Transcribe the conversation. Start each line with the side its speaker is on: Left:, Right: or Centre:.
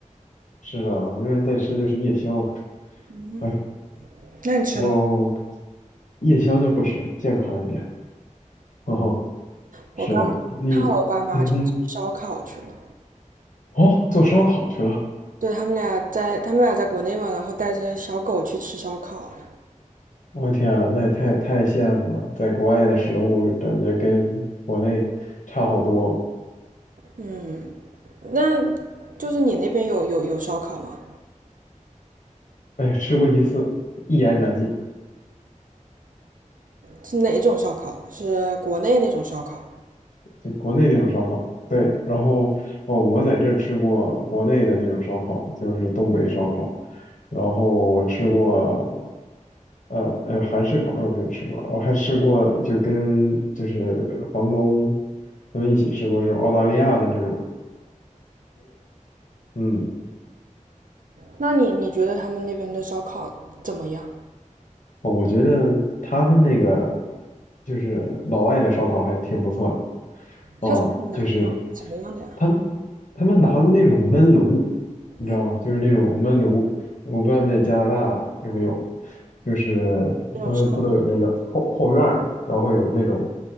Left: 是的，我这边在吃就是夜宵啊。
Right: 嗯，
Left: 哎呀，
Right: 那你吃了吗？
Left: 不过夜宵就不吃了，健康一点。哦，
Right: 我刚
Left: 是的，你，
Right: 看我爸妈去吃烧烤去了，
Left: 嗯哼，哦，做烧烤去了。
Right: 对，他们俩在他们俩在国内嘛，然后带着小狗去吃烧烤了。
Left: 我天啊，那也太太羡慕了，在国外的食物感觉跟国内差好多哦。
Right: 嗯，那就是你那边有有有烧烤吗？
Left: 哎呀，吃过一次，一言难尽。
Right: 是哪种烧烤？是国内那种烧烤？
Left: 就国内那种烧烤，对，然后哦，我在这儿吃过国内的那种烧烤，就是东北烧烤，然后我吃过，呃呃，韩式烤肉没有吃过，我还吃过就跟就是房东他们一起吃过这种澳大利亚的这种，嗯，
Right: 那你你觉得他们那边的烧烤怎么样？
Left: 我觉得他们那个就是老外的烧烤还挺不错的哦，
Right: 它是哪个烤什么样的呀？
Left: 就是他们他们拿的那种焖炉，你知道吗？
Right: 嗯，
Left: 就是那种焖炉，我不知道你在加拿大有没有，就是
Right: 这种烧，
Left: 他们不都有那个后后院儿嘛，然后有那种